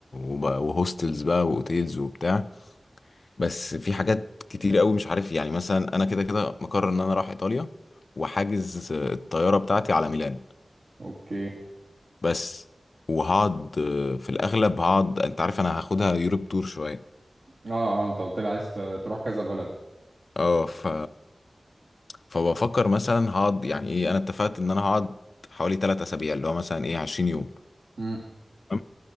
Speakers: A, on the left; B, on the right.
A: وبقى وهوستلز بقى واوتيلز وبتاع بس في حاجات كتير قوي مش عارف يعني مثلا انا كده كده مقرر ان انا رايح ايطاليا وحاجز آه، الطياره بتاعتي على ميلان
B: اوكي
A: بس وهقعد آه، في الاغلب هقعد انت عارف انا هاخدها يوروب تور شويه
B: اه اه انت قلت لي عايز ت- تروح كذا بلد
A: اه ف فبفكر مثلا هقعد يعني ايه انا اتفقت ان انا هقعد حوالي تلات اسابيع اللي هو مثلا ايه 20 يوم
B: امم
A: تمام